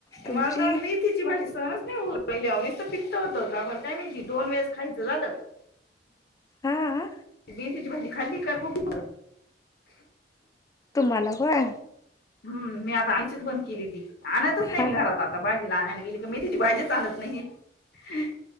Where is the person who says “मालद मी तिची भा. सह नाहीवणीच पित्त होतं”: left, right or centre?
Left